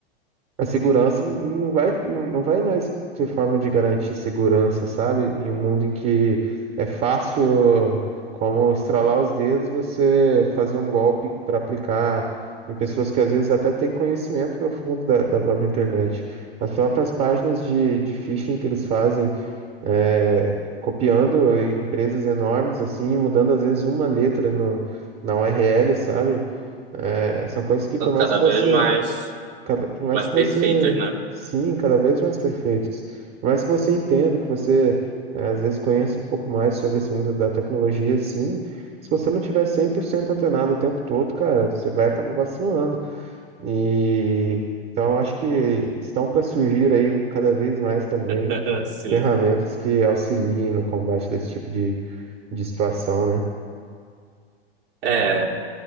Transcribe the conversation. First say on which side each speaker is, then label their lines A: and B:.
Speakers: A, on the right; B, on the right.
A: a segurança não vai, não, não vai mais ter forma de garantir segurança, sabe? Em um mundo em que é fácil, como estralar os dedos, você fazer um golpe para aplicar em pessoas que às vezes até têm conhecimento profundo da, da própria internet. As próprias páginas de, de phishing que eles fazem, é, copiando empresas enormes, assim, mudando às vezes uma letra no, na URL, sabe? É, são coisas que
B: Estão
A: por mais
B: cada
A: que você.
B: vez mais,
A: Cada, por mais
B: mais
A: que
B: perfeitas,
A: você,
B: né?
A: sim, cada vez mais perfeitos. Por mais que você entenda, que você eh, às vezes conheça um pouco mais sobre esse mundo da tecnologia, sim. Se você não tiver 100% antenado o tempo todo, cara, você vai acabar vacilando. E então eu acho que estão para surgir aí cada vez mais também
B: <laughs> Sim.
A: ferramentas que auxiliem no combate desse tipo de, de situação, né?
B: É.